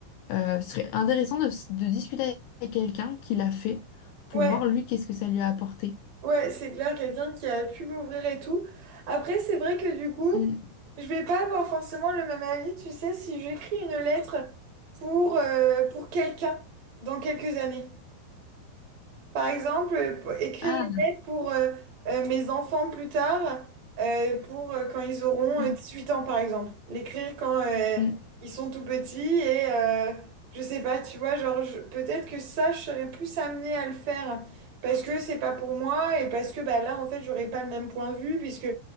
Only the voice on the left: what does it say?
Euh, ce serait intéressant de, de discuter avec quelqu'un qui l'a fait pour
voir lui qu'est-ce que ça lui a apporté.
Mm.
Ah,
mm,
mm,